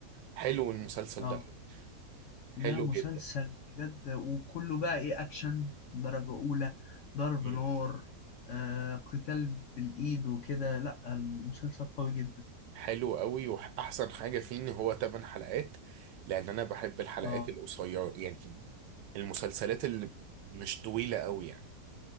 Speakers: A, on the right; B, on the left.
A: حلو المسلسل
B: اه
A: ده حلو
B: لا مسلسل
A: جدا
B: بجد وكله بقى ايه اكشن درجة اولى ضرب
A: مم.
B: نار آه قتال بالايد وكده لا المسلسل قوي جدا
A: حلو قوي واحسن حاجة فيه ان هو 8 حلقات لان انا بحب الحلقات
B: اه
A: القصيرة يعني المسلسلات اللي ب- مش طويلة قوي يعني